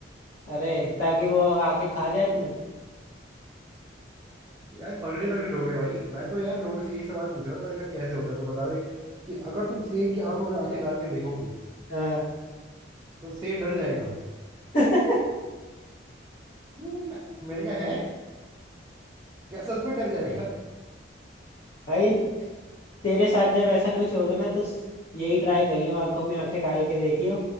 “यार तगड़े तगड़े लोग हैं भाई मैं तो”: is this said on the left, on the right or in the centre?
Right